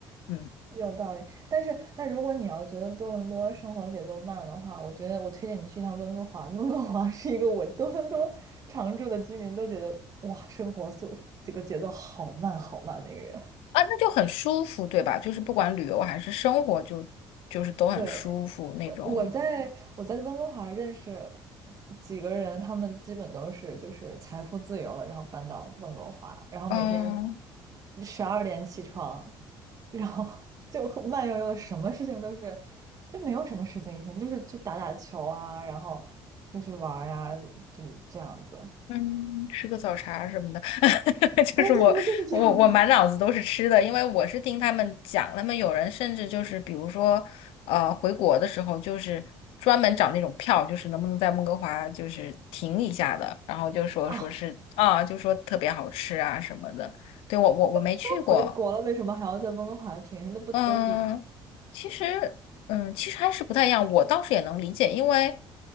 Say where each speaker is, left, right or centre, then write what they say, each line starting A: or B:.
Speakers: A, on the left; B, on the right.
A: 嗯。
B: 有道理，但是那如果你要觉得多伦多生活节奏慢的话，我觉得我推荐你去一趟温哥华。温哥华是一个我多伦多常住的居民都觉得哇，生活速这个节奏好慢好慢的一个人。
A: 啊，那就很舒服，对吧？就是不管旅游还是生活就，就是都很舒服那种。
B: 对。对我在我在温哥华认识几个人，他们基本都是就是财富自由了，然后搬到温哥华，然后每天
A: 嗯
B: 十二点起床，然后 <laughs> 就很慢悠悠的，什么事情都是就没有什么事情一天，就是去打打球啊，然后出去玩儿呀，就是这样子。
A: 嗯，吃个早茶什么的，<laughs>
B: <laughs>
A: 就是我我我满脑子都是吃的，
B: 对对对，就是这样的
A: 因为我是听他们讲，他们有人甚至就是比如说，呃，回国的时候就是专门找那种票，就是能不能在温哥华就是停一下的，然后就说说是啊，
B: 啊！
A: 就说特别好吃啊什么的。对，我我我没去过，
B: <laughs> 都回国了，为什么还要在温哥华停下？那不都是一
A: 嗯，其实，嗯，其实还是不太一样。我倒是也能理解，因为，